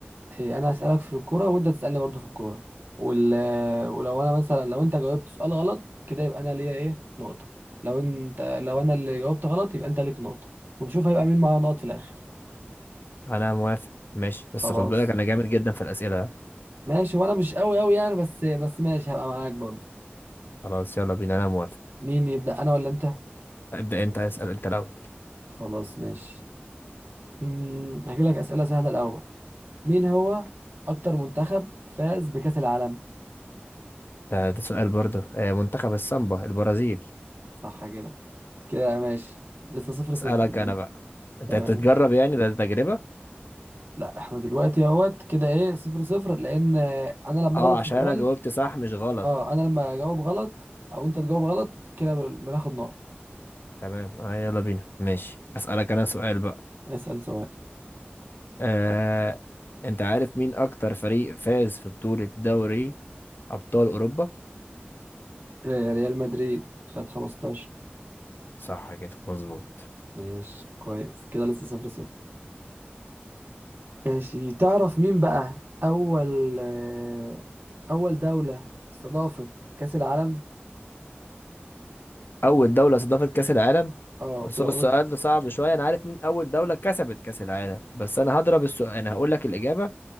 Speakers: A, on the right; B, on the left.
A: إيه، انا هسالك في الكوره وانت تسالني برضو في الكوره وال... آه، ولو انا مثلا لو انت جاوبت سؤال غلط كده يبقى انا ليا ايه نقطه لو انت لو انا اللي جاوبت غلط يبقى انت ليك نقطه ونشوف هيبقى مين معاه نقط في الاخر
B: انا موافق ماشي بس
A: خلاص
B: خد بالك انا جامد جدا في الاسئله ها؟
A: ماشي وانا مش قوي قوي يعني بس بس ماشي هبقى معاك برضو
B: خلاص يلا بينا انا موافق
A: مين يبدا انا ولا انت
B: ابدا انت اسال انت الاول
A: خلاص ماشي امم هجيب لك أسئلة سهلة الأول مين هو أكتر منتخب فاز بكأس العالم
B: ده, ده سؤال برضه آه، منتخب السامبا البرازيل
A: صح كده كده ماشي لسه صفر صفر
B: اسالك انا بقى انت
A: تمام
B: بتتجرب يعني ده تجربه
A: لا احنا دلوقتي اهوت كده ايه صفر صفر لأن آه، أنا لما
B: اه
A: أغلط
B: عشان
A: في السؤال
B: انا جاوبت صح مش غلط
A: اه أنا لما أجاوب غلط أو أنت تجاوب غلط كده بناخد نقط
B: تمام آه يلا بينا ماشي اسالك انا سؤال بقى
A: اسأل سؤال
B: آه انت عارف مين اكتر فريق فاز في بطوله دوري ابطال اوروبا
A: آه، ريال مدريد خد 15
B: صح كده مظبوط
A: ماشي كويس كده لسه صفر صفر ماشي تعرف مين بقى أول آه، أول دولة استضافت كأس العالم
B: اول دوله استضافت كاس العالم
A: اه
B: بس
A: ولو
B: هو السؤال
A: قمت
B: ده صعب شويه انا عارف مين اول دوله كسبت كاس العالم بس انا هضرب السؤال انا هقول لك الاجابه